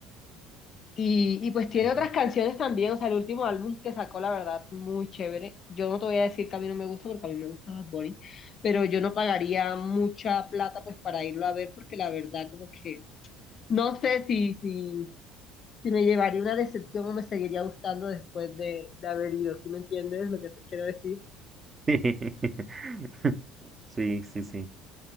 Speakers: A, on the left; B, on the right.
A: Y, y pues tiene
B: Ujú.
A: otras canciones también, o sea, el último álbum que sacó, la verdad, muy chévere. Yo no te voy a decir que a mí no me gusta, porque a mí me gusta Bad Bunny, pero yo no pagaría mucha plata pues para irlo a ver, porque la verdad como que No sé si, si, si me llevaría una decepción o me seguiría gustando después de, de haber ido, ¿sí me entiendes lo que te quiero decir?
B: <laughs> Sí, sí, sí.